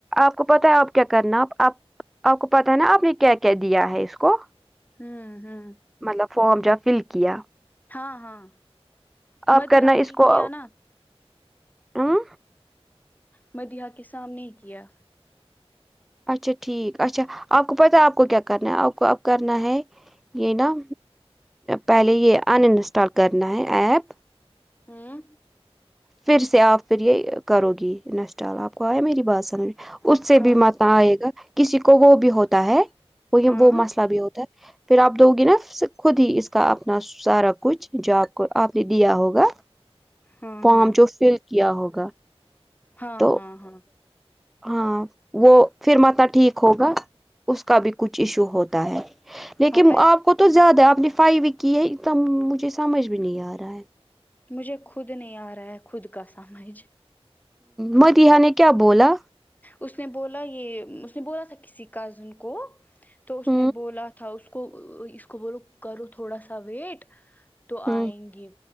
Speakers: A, in the centre; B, on the left.
A: آپ کو پتا ہے آپ کیا کرنا آپ آپ آپ کو پتا ہے نا آپ نے کیا کیا دیا ہے اس کو
B: ہوں ہوں
A: مطلب فارم جا فل کیا
B: ہاں ہاں
A: آپ
B: م
A: کرنا
B: دیہ نے
A: اس کو
B: کیا نا
A: ہمم
B: مدیہ کے سامنے ہی کیا
A: اچھا ٹھیک اچھا آپ کو پتا آپ کو کیا کرنا ہے آپ کو اب کرنا ہے یہ نا پہلے یہ ان انسٹال کرنا ہے ایپ
B: ہاں
A: پھر سے آپ پھر یہ کرو گی انسٹال آپ کو آیا میری بات سمجھ میں اس سے
B: ہاں
A: بھی مت آئے گا کسی کو وہ بھی ہوتا ہے وہ
B: ہاں
A: وہ مسئلہ بھی ہوتا ہے پھر آپ دو گ ن خود ہی اس کا اپنا سارا کچھ جو آپ کو آپ نے دیا ہوگا
B: ہاں
A: فارم
B: ہاں
A: جو فل کیا ہوگا
B: ہاں
A: تو
B: ہاں ہاں
A: ہاں وہ پھر مت ٹھیک ہوگا اس کا بھی کچھ ایشو ہوتا ہے لیکن
B: ہاں پہ
A: آپ کو تو زیادہ ہے آپ نے فائی بھی کی ہے تم مجھے سمجھ بھی نہیں آ رہا ہے
B: مجھے خود نہیں آ رہا ہے خود کا سمجھ
A: مت یہ نے کیا بولا
B: اس نے بولا یہ اس نے بولا تھا کسی کزن کو تو اس
A: ہ
B: نے بولا تھا اس کو اس کو بولو کرو تھوڑا سا ویٹ تو
A: ہ
B: آئیں گی